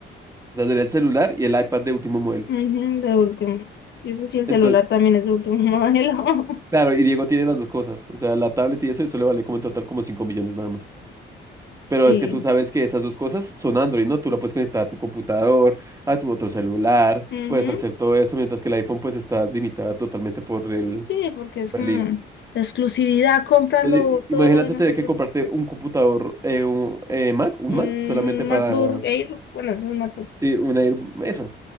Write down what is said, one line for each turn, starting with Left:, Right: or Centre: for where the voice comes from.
Right: sea, sería el celular y el iPad de último modelo.
Left: Ujú, de último. Y eso sí, el
Right: Entonces,
Left: celular también es de último <laughs> modelo.
Right: claro, y Diego tiene las dos cosas. O sea, la tablet y eso, eso le vale como en total como 5 millones nada más. Pero
Left: Sí.
Right: es que tú sabes que esas dos cosas son Android, ¿no? Tú la puedes conectar a tu computador, a tu otro celular,
Left: Ujú,
Right: puedes hacer todo eso, mientras que el iPhone pues está limitada totalmente por el,
Left: Sí, porque es
Right: por
Left: como
Right: el iOS.
Left: la exclusividad, cómpralo,
Right: Entonces, i-
Left: todo
Right: imagínate
Left: lo de nosotros.
Right: tener que comprarte un computador, eh, un eh, Mac, un
Left: Un
Right: Mac, solamente para,
Left: MacBook Air, bueno, eso es un MacBook.
Right: eh, una, air- eso,